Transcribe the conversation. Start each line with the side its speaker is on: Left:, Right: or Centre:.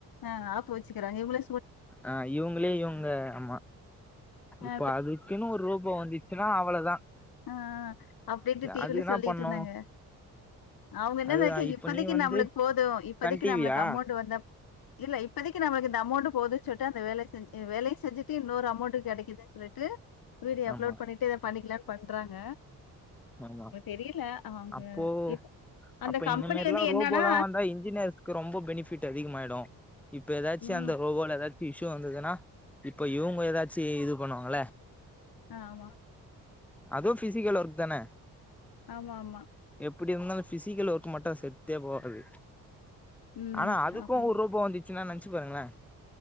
Left: ஆ ஆப்பு வச்சுக்குறாங்க இவுங்கள
Centre: ஆஹ் இவங்களே இவங்க அம்மா
Left: ஆ
Centre: இப்ப அதுக்குன்னு ஒரு ரோபோ வந்துச்சுனா அவ்வளோ
Left: ஆஹ் அப்டின்ட்டு டிவில
Centre: அது என்னா
Left: சொல்லீட்டிருந்தாங்க
Centre: பண்ணு
Left: அவ்ங்க என்ன
Centre: அதுதா
Left: நெனைக்கிறாங்க
Centre: இப்ப
Left: இப்பதிக்கு
Centre: நீ வந்து
Left: நம்மளுக்கு போதும் இப்பதிக்கு
Centre: சன் டிவியா
Left: நம்மளுக்கு அமௌண்ட் வந்தா இல்ல இப்பதிக்கு நம்மளுக்கு இந்த அமௌண்ட் போது சொல்ட்டு அந்த வேலைய செஞ் வேலயு செஞ்சுட்டு இன்னொரு அமௌண்ட் கெடைக்குதே சொல்லிட்டு வீடியோ அப்லோட்
Centre: ஆமா
Left: பண்ணிட்டு இத பண்ணிக்லா பண்றாங்க
Centre: ஆமா
Left: தெரியல. அவங்க
Centre: அப்போ
Left: இப் அந்த
Centre: அப்ப
Left: கம்பெனி
Centre: இந்த மாரிலா
Left: வந்து என்னன்னா
Centre: ரோபோல்லா வந்தா இன்ஜினியர்ஸ்க்கு ரொம்ப பெனிஃபிட் அதிகமாயிடு இப்ப எதாச்சு
Left: ம்.
Centre: அந்த ரோபோல எதாச்சு இ ஷ்யூ வந்ததுனா இப்ப இவ்ங்க எதாச்சு இது பண்ணுவாங்ள
Left: ஆ ஆமா
Centre: அது ஃபிசிக்கல் ஒர்க் தானே
Left: ஆமா ஆமா
Centre: இப்படி இருந்தாலு ஃபிசிக்கல் ஒர்க் மட்டும் செத்தே போறது
Left: ம்.
Centre: ஆனா அதுக்கும்
Left: ஆமா.
Centre: ஒரு ரோபோ வந்துச் சுனா நெனச்சு பாருங்களே